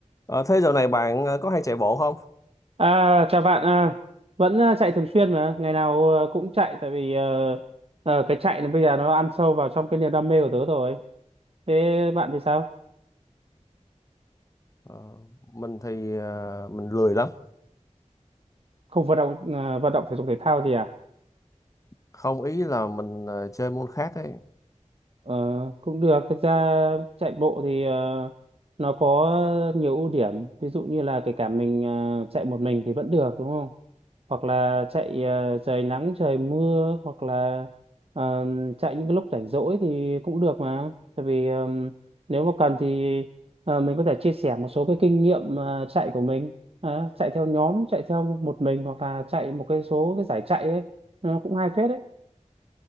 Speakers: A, on the left (about 25°); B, on the right (about 50°).
A: Ờ, thế dạo này bạn ờ, có hay chạy bộ không?
B: À, chào bạn, à, vẫn à, chạy thường xuyên mà, ngày nào à, cũng chạy tại vì ờ, ờ, cái chạy nó bây giờ nó ăn sâu vào trong cái niềm đam mê của tớ rồi. Thế bạn thì sao?
A: Ờ, mình thì ờ, mình lười lắm.
B: Không vận động à, vận động thể dục thể thao gì à?
A: Không ý là mình ờ, chơi môn khác ấy.
B: Ờ, cũng được thực ra chạy bộ thì ờ, nó có nhiều ưu điểm ví dụ như là kể cả mình ờ, chạy một mình thì vẫn được đúng không hoặc là chạy ờ, trời nắng trời mưa hoặc là ờ, chạy những cái lúc rảnh rỗi thì cũng được mà tại vì ờ, nếu mà cần thì ờ, mình có thể chia sẻ một số cái kinh nghiệm ờ, chạy của mình Ờ, chạy theo nhóm chạy theo một mình hoặc là chạy một cái số cái giải chạy ấy nó cũng hay phết đấy